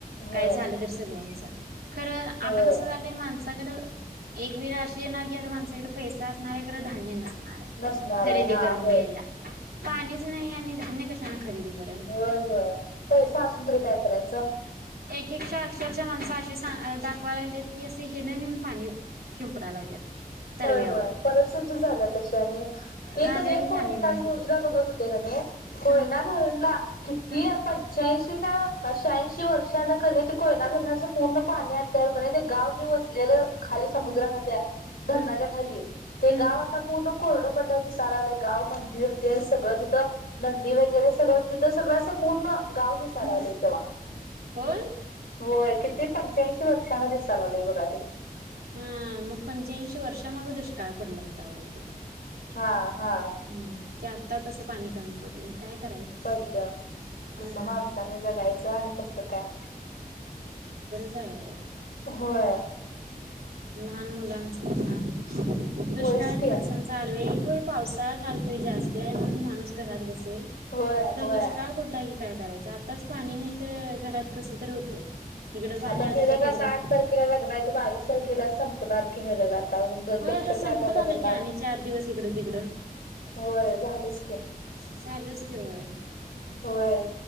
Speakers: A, on the left; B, on the right.
A: होय
B: काय झालं तर सगळ्यांच खरं
A: होय
B: आता कसं व्हाय माणसाकडं एक वेळ अशी येणार की आता माणसाकडे पैसा असणार हाय, खरं धान्य नस
A: नसणार
B: खरेदी
A: आहे हा
B: करून
A: होय
B: यायला पाणीच नाही आणि <unintelligible> कशानं खरेदी करूया.
A: होय होय पैसा असून तरी काय करायचं.
B: तिक्षा अक्षरशा माणस अशी दाखवा लागलित की अस हे न नेऊन पाणी शिंपडा लागल्यात. तरव्यावर
A: होय होय परिस्थिती झाल्या तसी आणि ते
B: घागरीन
A: कनी
B: पाणी
A: मी
B: नेऊन
A: काल
B: शिंपडायचं
A: न्यूजला बघत होते कनी कोयना
B: हा
A: धरणला किती
B: हा
A: पंच्याऐंशी का शहाऐंशी वर्षांनं ते कोय धरणाचं पूर्ण पाणी आटल्यावर कनी गाव जे वसल्याल खाली समुद्रा
B: हम्म
A: <unintelligible> धरणाच्या
B: हम्म
A: खाली ते
B: हम्म
A: गाव आता. पूर्ण कोरडं पडल्यावर दिसा लागलंय गाव मंदिर ते सगळं जिथं नंदी वगैरे सगळं तिथं सगळं असं पूर्ण. गाव दिसा
B: हम्म
A: लागले तेव्हा
B: होय
A: होय कि ते पंच्याऐंशी वर्षांन दिसालाले बघा ते.
B: हम्म म पंच्याऐंशी वर्षा माग दुष्काळ पडला होता बघा तोय.
A: हा. हा
B: हम्म. की आत्ता तसं पाणी कमी पडलय काय करायचं
A: पडलं कसं
B: हम्म
A: माणसानी जगायचं. त आणि कसं काय?
B: चालू.
A: होय.
B: लहान मुलाचं ना. दुष्काळात
A: होयच की
B: माणसाचं हाल वे व्हय पावसाळा चालतोय जास्ती हाय, म्हणून माणूस घरात बस सेल
A: होय
B: खर
A: होय
B: दुष्काळ पडलाय की काय करायचं आताच पाणी नाइ तर घरात कसं तरी होतंय. इकडं पाणी
A: आता
B: आलं
A: मेरगता
B: काय तिकडं
A: आठ तारखेला लागलाय तो <unintelligible> तीस तारखेला संपणार की निरग आता <unintelligible>
B: होय
A: नक्षत्र
B: संपत
A: आता बदलणार
B: आला की आणि चार दिवस इकडं तिकडं.
A: होय झालचं की
B: चालूच की होय
A: होय.